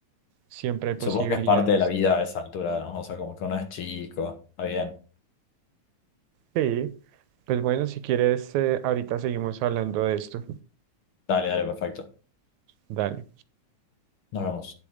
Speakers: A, on the right (about 80°); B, on the left (about 55°).
A: siempre hay posibilidades.
B: supongo que es parte de la vida a esa altura, ¿no? O sea, como que uno es chico, está bien.
A: Sí, pues bueno, si quieres, eh, ahorita seguimos hablando de esto.
B: Dale, dale, perfecto.
A: Dale.
B: Nos vemos.